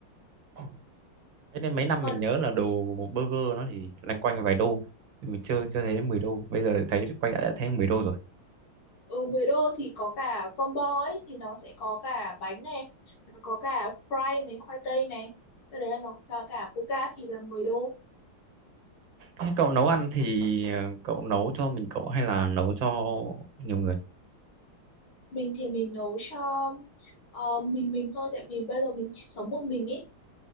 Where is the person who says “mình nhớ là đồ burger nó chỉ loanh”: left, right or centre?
Right